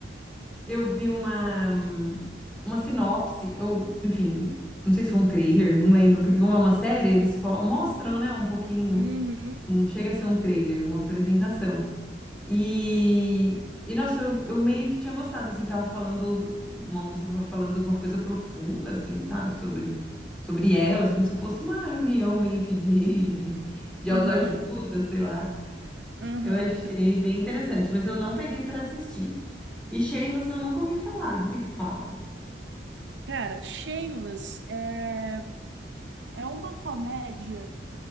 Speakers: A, in the centre; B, on the right.
A: Eu vi uma, uma sinopse, ou, enfim, não sei se foi um trailer, não lembro, porque como é uma série, eles fo- mostram, né, um pouquinho,
B: Uhum.
A: não chega a ser um trailer, uma apresentação. E, e nossa, eu, eu meio que tinha gostado, assim, tava falando, uma moça tava falando de uma coisa profunda, assim, sabe, sobre, sobre ela, assim, como se fosse uma reunião meio que de, <laughs> de
B: Aham,
A: autoajuda, sei lá.
B: aham.
A: Eu achei bem interessante, mas eu não peguei para assistir. E Sheilas eu nunca ouvi falar. Do que que fala?
B: Cara, Shameless é, é uma comédia